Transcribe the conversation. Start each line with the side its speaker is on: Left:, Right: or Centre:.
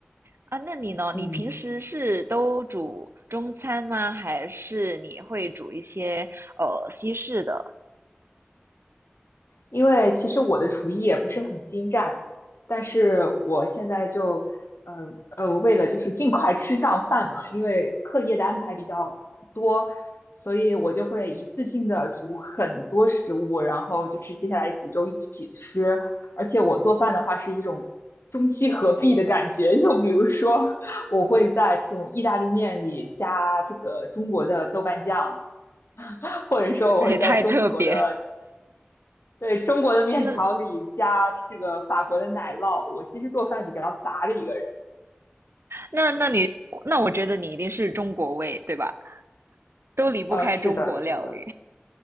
Right: 啊，那你呢？
Left: 嗯
Right: 你平时是都煮中餐吗？还是你会煮一些呃西式的？
Left: 因为其实我的厨艺也不是很精湛，但是我现在就，呃呃，为了就是尽快吃上饭嘛，因为课业的安排比较多，所以我就会一次性的煮很多食物，然后就是接下来几周一起吃。而且我做饭的话是一种中西合璧的感觉，就比如说我会在这种意大利面里加这个中国的豆瓣酱。或者说我会在中国的
Right: <laughs> 也太特别。
Left: 对，中国的面条里加这个法国的奶酪，
Right: 那
Left: 我其实做饭比较杂的一个人。
Right: 那那你那我觉得你一定是中国味，对吧？都离不开中国料理。
Left: 呃，是的，是的，